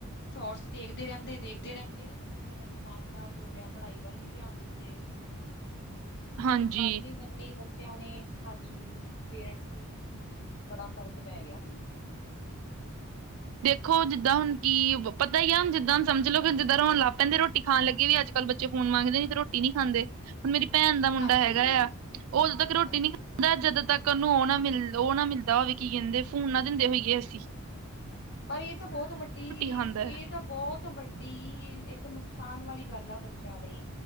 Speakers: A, on the left; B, on the right.
A: ਸ਼ੋਰਟਸ ਦੇਖਦੇ ਰਹਿੰਦੇ। ਦੇਖਦੇ ਰਹਿੰਦੇ ਆ। ਤੇ ਬੱਚਿਆਂ ਦਾ ਦਿਮਾਗ ਖ਼ਰਾਬ ਹੋ ਰਿਹਾ। ਪੜ੍ਹਾਈ ਵੱਲ ਨਹੀਂ ਧਿਆਨ ਦਿੰਦੇ।
B: ਹਾਂਜੀ
A: ਗੱਲ ਨੀ ਮੰਨਣੀ। ਬੱਚਿਆਂ ਨੇ ਹਾਂਜੀ, ਪੇਰੈਂਟਸ ਦੀ ਬੜਾ ਫ਼ਰਕ ਪੈ ਗਿਆ। ਹੁਣ
B: ਦੇਖੋ ਜਿੱਦਾਂ ਹੁਣ ਕੀ ਪਤਾ ਹੀ ਆ। ਹੁਣ ਜਿੱਦਾਂ ਸਮਝ ਲੋ, ਕਿ ਜਿੱਦਾਂ ਰੋਣ ਲੱਗ ਪੈਂਦੇ। ਰੋਟੀ ਖਾਣ ਲੱਗੀ ਵੀ ਕੱਲ ਬੱਚੇ ਫੋਨ ਮੰਗਦੇ, ਨੀ ਤੇ ਰੋਟੀ ਨੀ ਖਾਂਦੇ। ਹੁਣ, ਮੇਰੀ ਭੈਣ ਦਾ ਮੁੰਡਾ
A: ਹਾਂਜੀ
B: ਹੈਗਾ ਆ। ਉਹ ਉਦੋਂ ਤੱਕ ਰੋਟੀ
A: ਹਾਂਜੀ
B: ਨੀ ਖਾਂਦਾ
A: ਹਾਂਜੀ
B: ਜਦੋਂ ਤੱਕ <unintelligible> ਕੀ ਕਹਿੰਦੇ ਫੋਨ ਨਾ ਦਿੰਦੇ ਹੋਈਏ। ਅਸੀ
A: ਪਰ, ਇਹ ਤਾਂ ਬਹੁਤ ਵੱਡੀ
B: ਖਾਂਦਾ
A: ਇਹ
B: ਹੈ
A: ਤਾਂ ਬਹੁਤ ਵੱਡੀ ਇੱਕ ਨੁਕਸਾਨ ਵਾਲੀ ਗੱਲ ਆ। ਬੱਚਿਆਂ ਲਈ।